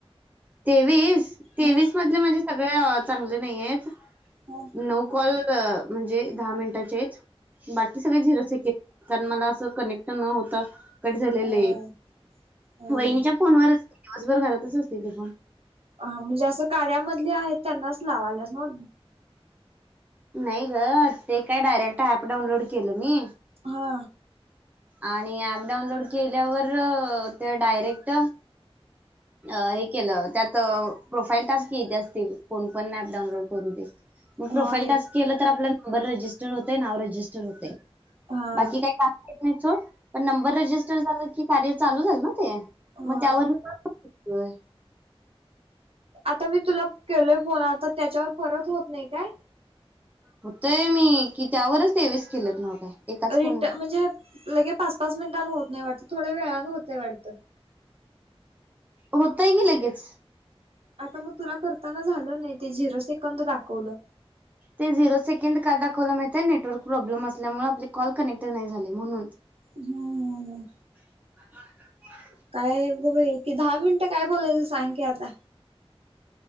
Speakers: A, on the right; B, on the right.
A: तेवीस तेवीस
B: ह
A: म्हटले म्हणजे सगळ्यात चांगले नाही आहेत.
B: ह
A: नऊ कॉल क म्हणजे दहा मिनिटाचे आहेत बाकी सगळे झिरो सेकंड कारण मला असं कनेक्ट न होता कट झालेले
B: हो हो.
A: वहिनीच्या फोनवरच आज बरं घरातच अस <unintelligible>
B: हा म्हणजे असं कार्यामधले आहेत त्यांनाच लावालेस ना
A: नाही ग ते काय डायरेक्ट ऍप डाऊनलोड केलं मी.
B: ह
A: आणि ऍप डाऊनलोड केल्यावर ते डायरेक्ट अ हे केलं त्यात प्रोफाईल टास्क येत असतील कोण पण ऍप डाऊनलोड करू देत. मग
B: होय
A: प्रोफाईल टास्क केलं तर आपल्या नंबर रजिस्टर होतय नाव रजिस्टर होतय.
B: हा
A: बाकी काही <unintelligible> पण नंबर रजिस्टर झाला की कार्य चालू झाल ना ते.
B: होय
A: मग त्यावर व्हय
B: आता मी तुला केलोय फोन आता त्याच्यावर परत होत नाही काय.
A: होतय मी कि त्यावरच तेवीस केलेत नव्ह काय एकाच
B: रिट
A: फोनवर
B: म्हणजे लगे पाच पाच मिनिटांन होत नाही वाटत थोड्या वेळान होत वाटत.
A: होतय की लगेच.
B: आता मग तुला करताना झालं नाही ते झिरो सेकंद दाखवलं.
A: ते झिरो सेकंड काय दाखवलं माहिते नेटवर्क प्रॉब्लेम असल्यामुळे आपले कॉल कनेक्ट नाही झाले म्हणून.
B: हम्म हम्म हम्म
A: <unintelligible>
B: काय बघुया की दहा मिनिटं काय बोलायच. सांग की आता.